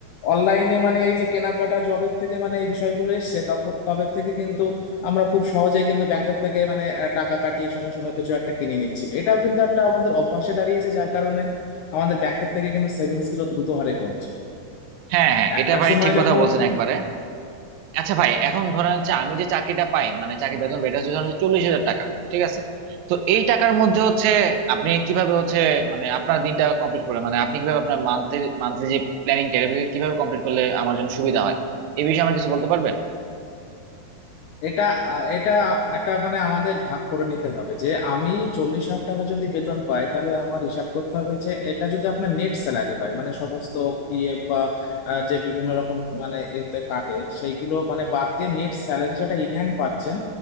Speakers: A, on the left; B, on the right.
A: অনলাইনে মানে এই যে কেনাকাটা জবের থেকে মানে এই বিষয়গুলো এসছে তখন তবে থেকে কিন্তু আমরা খুব সহজে কিন্তু ব্যাংকের থেকে মানে আহ, টাকা কাটিয়ে সঙ্গে সঙ্গে কিছু একটা কিনে নিচ্ছি এটাও কিন্তু একটা আমাদের অভ্যাসে দাঁড়িয়েছে যার কারণে আমাদের ব্যাংকের থেকে কিন্তু সেভিংস গুলো দ্রুত হারে কমছে
B: হ্যাঁ হ্যাঁ
A: একটা
B: এটা ভাই
A: সময়
B: ঠিক কথা
A: যখন
B: বলছেন একবারে আচ্ছা ভাই এখন ধরেন হচ্ছে আমি যে চাকরিটা পাই মানে চাকরি বেতন পাই, এটা হচ্ছে ধরেন চল্লিশ হাজার টাকা ঠিক আছে তো এই টাকার মধ্যে হচ্ছে আপনি কিভাবে হচ্ছে মানে আপনার দিনটা কমপ্লিট করে মানে আপনি কিভাবে আপনার মান্থলি মান্থলি যে প্ল্যানিং কিভাবে কমপ্লিট করলে আমার জন্য সুবিধা হয় এই বিষয়ে আমার কিছু বলতে পারবেন
A: এটা আহ, এটা একটা মানে আমাদের ভাগ করে নিতে হবে যে আমি চল্লিশ হাজার টাকা যদি বেতন পাই তাহলে আমার হিসাব করতে হবে যে এটা যদি আপনার নেট স্যালারি হয় মানে সমস্ত পিএফ বা আহ, যে বিভিন্ন রকম মানে এতে কাটে সেইগুলো মানে বাদ দিয়ে নেট স্যালারি যেটা ইনহ্যান্ড পাচ্ছেন